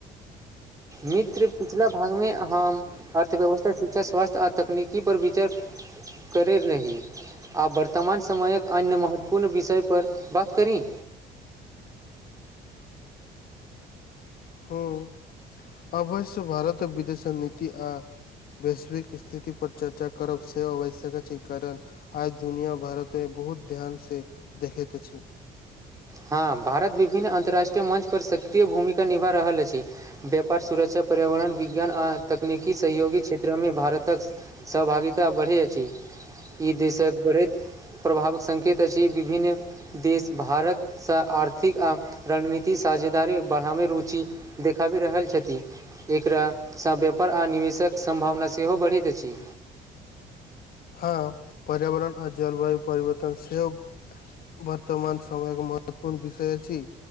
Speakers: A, on the right (about 20°); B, on the left (about 60°).
A: मित्र पिछला भाग मे हम अर्थव्यवस्था, शिक्षा, स्वास्थ्य आ तकनीकी पर विचार करे रही आब वर्तमान समयक अन्य महत्वपूर्ण विषय पर बात करी
B: हूं अवश्य भारत विदेश नीति आ वैश्विक स्थिति पर चर्चा करब से आवश्यक छै करब‌ आज दुनिया भारत मे बहुत ध्यान से देखैत अछि
A: हँ भारत विभिन्न अन्तर्राष्ट्रीय मञ्च पर सक्रिय भूमिका निभा रहल अछि व्यापार, सुरक्षा, पर्यावरण, विज्ञान आ तकनीकी सहयोगी क्षेत्र मे भारतक सहभागिता बढ़ि अछि ई देशक बढ़ैत प्रभाव संकेत अछि विभिन्न देश भारत स आर्थिक आ रणनीति साझेदारी बढ़ा मे रुचि देखाबी रहल छथि एकरा सँ व्यापार आ निवेशक सम्भावना सेहो बढ़ैत अछि
B: हँ पर्यावरण आ जलवायु परिवर्तन से ओ बर्तमान समयक महत्वपूर्ण विषय अछी